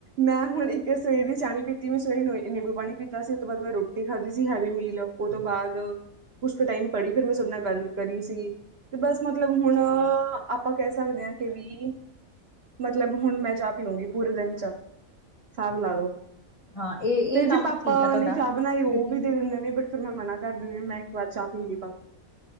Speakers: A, on the right; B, on the left.
A: ਮੈਂ ਹੁਣ ਇੱਕ ਸਵੇਰੇ ਦੀ ਚਾਹ ਨਹੀਂ ਪੀਤੀ ਮੈਂ ਸਵੇਰੇ ਨਿੰਬੂ ਪਾਣੀ ਪੀਤਾ ਸੀ ਉਹ ਤੋਂ ਬਾਅਦ ਮੈਂ ਰੋਟੀ ਖਾਧੀ ਸੀ ਹੈਵੀ। ਪੀ ਲੋ ਉਹ ਤੋਂ ਬਾਅਦ ਕੁਛ ਕੁ ਟਾਈਮ ਪੜ੍ਹੀ, ਫਿਰ ਮੈਂ ਤੁਹਾਡੇ ਨਾਲ ਗੱਲ ਕਰੀ ਸੀ ਤੇ ਬਸ ਮਤਲਬ ਹੁਣ ਆਪਾਂ ਕਹਿ ਸਕਦੇ ਹਾਂ ਕਿ ਵੀ ਮਤਲਬ ਹੁਣ ਮੈਂ ਚਾਹ ਪੀਊਂਗੀ, ਪੂਰੇ ਦਿਨ ਚਾਹ ਹਿਸਾਬ ਲਾ ਲਓ।
B: ਹਾਂ ਇਹ
A: ਫੇਰ
B: ਇਹ ਕੰਮ
A: ਜੀ ਪਾਪਾ
B: ਠੀਕ ਆ ਤੁਹਾਡਾ
A: ਨੇ ਚਾਹ ਬਣਾਈ, ਉਹ
B: ਕਿਉਂਕਿ
A: ਵੀ ਦੇ ਦਿੰਦੇ ਨੇ ਬਟ ਫਿਰ ਮੈਂ ਮਨਾ ਕਰ ਦੀਨੀ ਹਾਂ, ਮੈਂ ਇੱਕ ਵਾਰ ਚਾਹ ਪੀ ਲੀ।